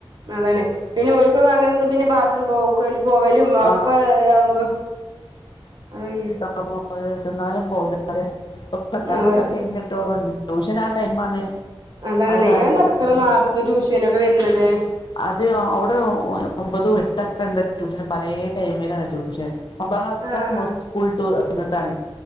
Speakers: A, on the right; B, on the left.
A: അതണ് പിന്നെ ഓൽക്ക്കൊക്കെ അങ്ങനെന്ത പിന്നെ ബാത്റൂം പോക്കലു പോവലും ഒക്കെ
B: ആ
A: ഇതാവുമ്പോ. അതന്നെ.
B: <unintelligible> തിന്നാനും പോവൂല ആടെ. ഇപ്പൊ പത്താം
A: ആഹ്
B: ക്ലാസൊക്കെ കഴിഞ്ഞിട്ട് ഓളെ ഒ ട്യൂഷനാ ടൈമാണ്
A: അതാണെ.
B: അത് കാരണം
A: അതെന്ത അത്ര
B: ആ
A: നേരത്തെ ട്യൂഷനൊക്കെ വരുന്നത്?
B: അത് അവ്ടെ ഒമ്പതും എട്ടൊക്കെണ്ട് ട്യൂഷന്, പലേ ടൈമിലാണ് ട്യൂ ഷൻ. ഒമ്പതാം ക്ലാസെക്കെ
A: ആഹ്
B: സ്കൂൾ വിട്ട് വന്ന്ട്ടാണ്